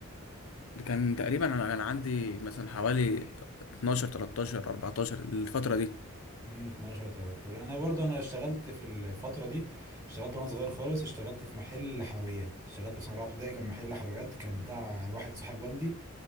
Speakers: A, on the left; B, on the right.
A: ده كان تقريبا انا كان عندي مثلا حوالي 12 13 14 الفتره دي
B: مم، 12 13 انا برضه انا اشتغلت في الفتره دي اشتغلت وانا صغير خالص اشتغلت في محل حلويات اشتغلت في سنه رابعه ابتدائي كان محل حلويات كان بتاع واحد صاحب والدي